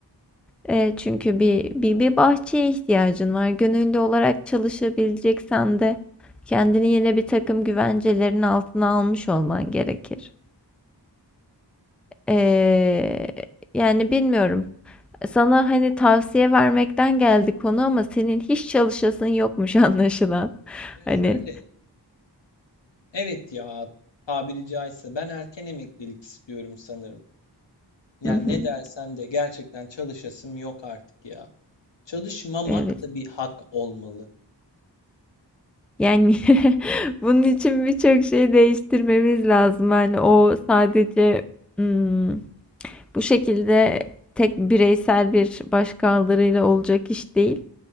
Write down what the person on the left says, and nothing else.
Ya
şöyle Evet ya tabiri caizse ben erken emeklilik istiyorum sanırım. Yani
ne dersen de gerçekten çalışasım yok artık ya. Çalışmamak
da bir hak olmalı.